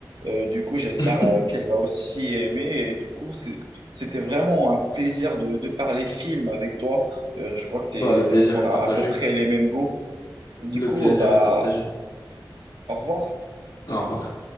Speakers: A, on the right; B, on the left.
A: Euh, du coup, j'espère
B: <laughs>
A: euh, qu'elle va aussi aimer. Et du coup, c'est- c'était vraiment un plaisir de, de parler film avec toi. Euh, je vois que t'es,
B: Bah, le plaisir
A: qu'on
B: est
A: a
B: partagé.
A: à peu près les mêmes goûts. Du
B: Le
A: coup,
B: plaisir
A: bah,
B: est partagé.
A: au revoir.
B: Au revoir.